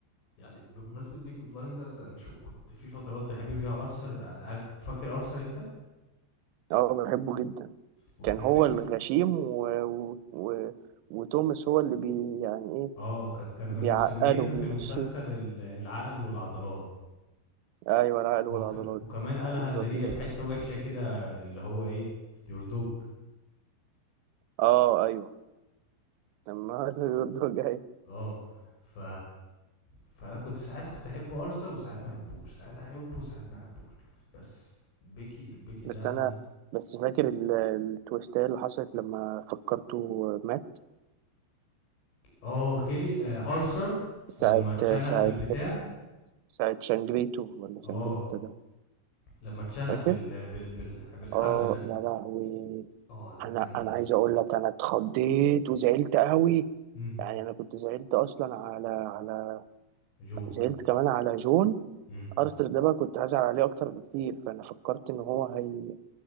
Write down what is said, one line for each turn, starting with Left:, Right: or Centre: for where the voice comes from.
Left: يعني بمناسبة بيكي بلايندرز انا شو كنت في فترات بحب فيها ارثر يعني عارف فاكر ارثر انت
Right: اه بحبه جدا
Left: وكانت
Right: كان هو
Left: في ك-
Right: الغشيم و... و... و... وتوماس هو اللي بي يعني ايه
Left: اه كانت كان كانوا
Right: بيعقله
Left: مسمينها
Right: بيمشيه
Left: في المسلسل ال- العقل والعضلات
Right: ايوه العقل
Left: وك...
Right: والعضلات
Left: وكمان قالها
Right: بالظبط
Left: اللي هي
Right: كده
Left: بحته وحشه كده اللي هو ايه يور دوج
Right: اه ايوه لما <laughs> يرضى جاي
Left: اه ف فانا كنت ساعات كنت احب ارثر وساعات ما احبوش ساعات احبه وساعات ما احبوش بس بيكي البيكي ده
Right: بس انا
Left: انا
Right: بس فاكر ال- التويستات اللي حصلت لما فكرته مات
Left: اه كيلي آه ارثر
Right: ساعة
Left: لما اتشنق
Right: ساعة
Left: بالبتاع
Right: ساعة شانجريتو ولا
Left: اه
Right: شانجريتا ده
Left: لما اتشنق
Right: فاكر؟
Left: بال... بال... بال... بالحبل
Right: اه
Left: ده
Right: يا لهوي
Left: اه كانت
Right: انا
Left: جامده
Right: انا
Left: قوي
Right: عايز
Left: دي
Right: اقول لك انا اتخضيت وزعلت قوي
Left: امم
Right: يعني انا كنت زعلت اصلا على على
Left: جون
Right: زعلت كمان على جون
Left: امم
Right: ارثر ده بقى كنت هزعل عليه اكتر بكتير فانا فكرت ان هو هي